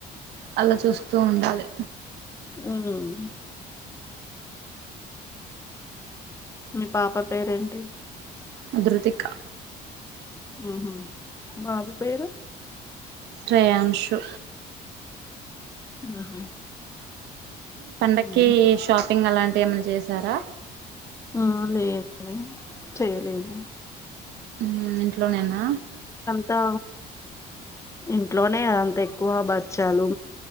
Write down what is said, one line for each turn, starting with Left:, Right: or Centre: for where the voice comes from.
Right: అలా చూస్తూ ఉండాలి.
Left: ఉమ్ మీ పాప పేరేంటి
Right: దృతికా
Left: హ్ హు బాబు పేరు
Right: శ్రేయాంశు
Left: ఉహు
Right: పండక్కి
Left: ఉమ్
Right: షాపింగ్ అలాం ఏమన్నా చేశారా
Left: ఆ లేదండి చేయలేదు
Right: ఉ ఇంట్లోనేనా
Left: ఆ ఇంట్లోనే అంత ఏ ఎక్కువ బచ్చాలు